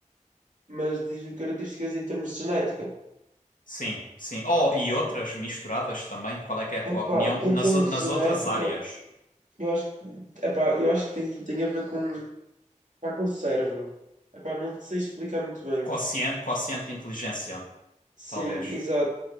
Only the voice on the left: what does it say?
Sim, sim. Oh, e outras misturadas também, qual é que é a tua
opinião?
Nas,
o- nas
outras áreas,
quociente, quociente de inteligência,
talvez.